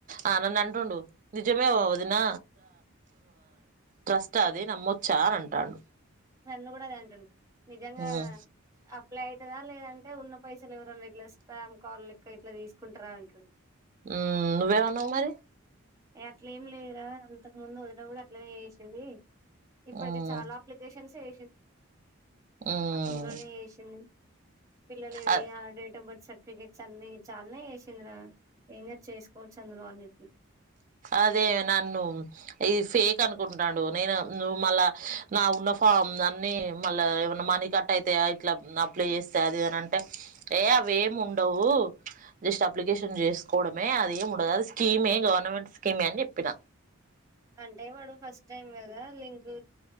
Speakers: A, on the right; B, on the right.
A: ఆ నన్ను అంటుండు నిజమే ఒదిన ట్రస్ట్ అది నమ్మోచ్చ అని అంటాడు
B: నన్ను కూడా అదే అంటుండు నిజంగా
A: ఉమ్
B: అప్లై అవుతుందా లేదంటే అంటే ఉన్న పైసలు ఎవరండి ఇట్లా స్పామ్ కాల్ లక్క ఇట్లా తీసుకుంటారా అంటుండు
A: హ్మ్మ్ నువ్వేం అన్నావు మరి
B: ఏ అట్లా ఏమి లేదురా అంతకు ముందు వదిిన కూడా అట్లనే చేసింది ఇప్పటికి
A: ఉమ్
B: చాలా అప్లికేషన్స్ వే
A: ఉమ్
B: అందులోనే వేసింది పిల్లలువి
A: అ
B: డేట్ అఫ్ బర్త్ సర్టిఫికెట్స్ అన్ని చాలానే వేసింది ఏం చేసుకోవచ్చు అన్నారు వాళ్ళు చెప్పారు
A: అదే నన్ను ఇది ఫేక్ అనుకుంటున్నాడు నేను నువ్వు మళ్ళా నా ఉన్న ఫామ్ అన్నిీ మళ్ళా ఏమన్నా మనీ కట్ అయితే ఇట్లా అప్లై చేస్తే అది అని అంటే ఏ అవ ఏమి ఉండవు జస్ట్ అప్లికేషన్ చేసుకోవడమే అది ఏమి ఉండదు అది స్కీమే గవర్నమెంట్ స్కీమే అని చెప్పిన
B: అంటే వాడు ఫస్ట్ టైమ్ కదా లింక్